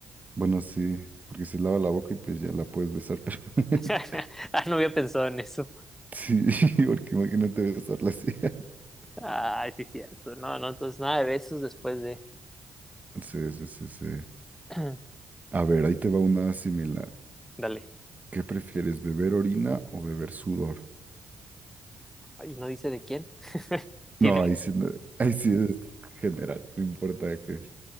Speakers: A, on the right; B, in the centre.
A: bueno, sí, porque se lava la boca y pues ya la puedes besar, pero <laughs>
B: <laughs> Ah, no había pensado en eso.
A: sí, <laughs> porque imagínate besarla así. <laughs>
B: Ay, sí, cierto. No, no, entonces nada de besos después de.
A: Sí, sí, sí, sí.
B: <clears throat>
A: A ver, ahí te va una similar.
B: Dale.
A: ¿Qué prefieres, beber orina o beber sudor?
B: Ay, no dice de quién. Tiene.
A: No, ahí sí, no- ahí sí es general, no importa que